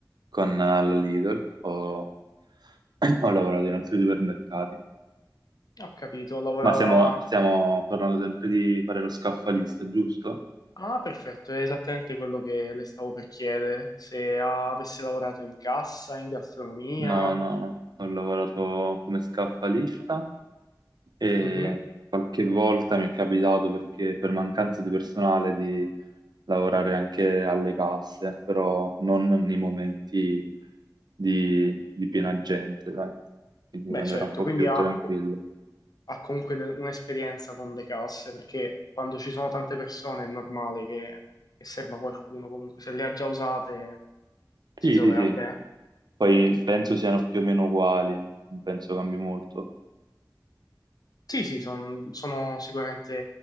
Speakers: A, on the right (about 70°); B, on the left (about 60°).
A: con eh, la Lidl o Ho lavorato in altri supermercati,
B: Ho capito, lavorava
A: ma stiamo, stiamo parlando sempre di fare lo scaffalista, giusto?
B: Ah, perfetto, è esattamente quello che le stavo per chiedere, se avesse lavorato in cassa, in gastronomia.
A: No, no, no. ho lavorato come scaffalista e
B: Mhm.
A: qualche volta mi è capitato perché per mancanza di personale di lavorare anche alle casse, però non nei momenti di, di piena gente, dai. Quindi
B: Beh,
A: quando
B: certo,
A: era un po'
B: quindi
A: più
B: ha,
A: tranquillo.
B: co- ha comunque de- un'esperienza con le casse, perché quando ci sono tante persone è normale che, che serva qualcuno, comunque se le ha già usate
A: Sì,
B: si troverà
A: sì, sì.
B: bene.
A: Poi penso siano più o meno uguali, non penso cambi molto.
B: Sì, sì, son- sono sicuramente...